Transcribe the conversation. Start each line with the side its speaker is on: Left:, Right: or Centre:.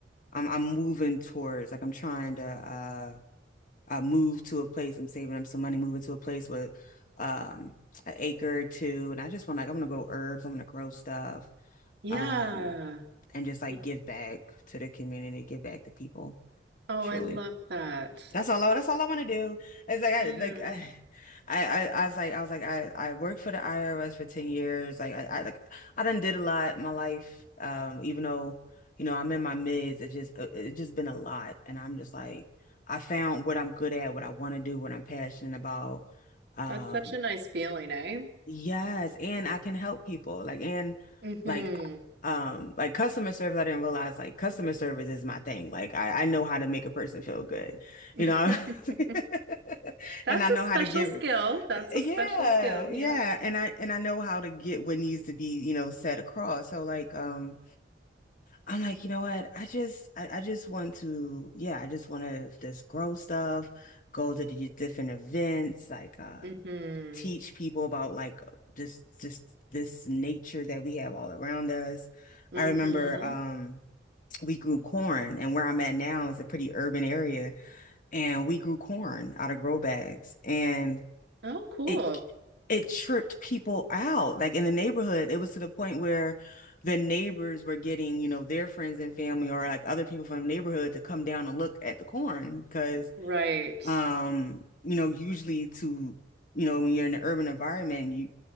Left: I'm I'm moving towards like I'm trying to uh uh move to a place, I'm saving up some money, moving to a place with um an acre or two, and I just want like I'm gonna grow herbs, I'm gonna grow stuff,
Right: Yeah.
Left: um, and just like
Right: Y-
Left: give back to the community, give back to people,
Right: Oh,
Left: truly.
Right: I love that.
Left: That's all I, that's all I want to do. It's like I
Right: Yeah.
Left: like I, I I I was like I was like I I worked for the IRS for 10 years. Like I, I like I done did a lot in my life. Um, even though, you know, I'm in my mids, it just uh, it just been a lot. And I'm just like I found what I'm good at, what I want to do, what I'm passionate about. Um,
Right: That's such a nice feeling, eh?
Left: Yes, and I can help people. Like and
Right: hmm
Left: like um like customer service, I didn't realize like customer service is my thing. Like I, I know how to make a person feel good,
Right: <laughs>
Left: you know? <laughs>
Right: That's
Left: And I know
Right: a
Left: how
Right: special
Left: to give
Right: skill. That's
Left: yeah,
Right: a special skill,
Left: yeah.
Right: yeah.
Left: And I and I know how to get what needs to be, you know, set across. So like um I'm like, you know what? I just I, I just want to yeah, I just want to just grow stuff, go to the different events, like uh
Right: hmm
Left: teach people about like just just this nature that we have all around us.
Right: hmm
Left: I remember um we grew corn and where I'm at now is a pretty urban area and we grew corn out of grow bags and
Right: Oh, cool.
Left: it it tripped people out. Like in the neighborhood, it was to the point where the neighbors were getting, you know, their friends and family or like other people from the neighborhood to come down and look at the corn because
Right: Right.
Left: um, you know, usually to, you know, when you're in an urban environment, you